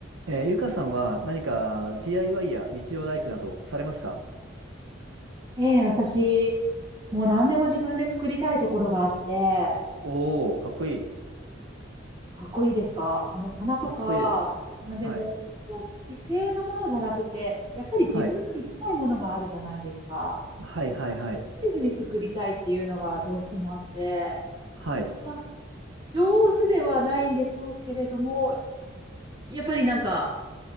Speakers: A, on the right; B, on the right.
A: えーゆかさんは何か DIY や日曜大工などされますか
B: ええ、私、もう何でも自分で作りたいところがあって、
A: おおー、かっこいい。
B: かっこいいですかあの棚とか、
A: かっこいいです。
B: 何でも、
A: はい。
B: こう、既成のものじゃなくて、やっぱり自分の行きたいものがあるじゃないですか。
A: はい。はいはいはい。
B: ステージに作りたいっていうのがどうしてもあって、
A: はい。
B: まあ、上手ではないんでしょうけれども、やっぱりなんか、